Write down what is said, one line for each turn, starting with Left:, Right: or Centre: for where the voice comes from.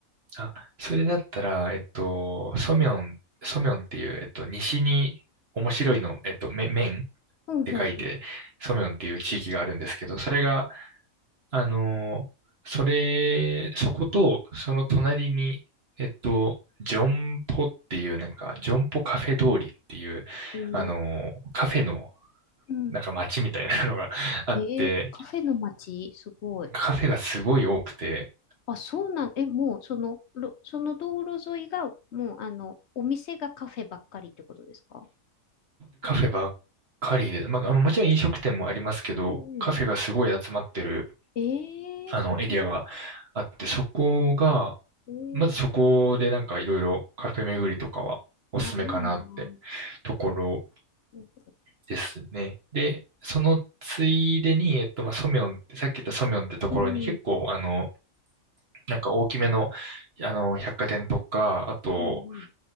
Right: あ、それだったら、えっと、ソミョン、ソミョンっていう、えっと、西に面白いの、えっと、め、面っ
Left: うん、うん、
Right: て書いて、
Left: うん。
Right: ソミョンっていう地域があるんですけど、それが、あのそれ、そこと、その隣に、えっと、ジョンポっていう、なんか、ジョンポカフェ通りっていう、
Left: うん。
Right: あのカフェの、
Left: うん。
Right: なんか街みたいなのが <laughs> あって、
Left: えー、カフェの街、すごい。
Right: カフェがすごい多くて、
Left: あ、そうなん、え、もう、その、ろその道路沿いが、もう、あの、お店がカフェばっかりってことですか
Right: カフェばっかりで、まあ、あのもちろん飲食店もありますけど、
Left: うんうん。
Right: カフェがすごい集まってる、
Left: ええーすご
Right: あの、エリアがあって、そこが、
Left: い。え
Right: まずそこでなんかいろいろカフェ巡りとかはおすすめかなって
Left: ーわ、いいなぁ。
Right: ところ
Left: うん
Right: ですね。で、そのついでに、えっと、まあ、ソミョンって、さっき言ったソミョンってところに結構、
Left: うん。
Right: あの、なんか大きめの、あの、百貨店とか、あと、
Left: うん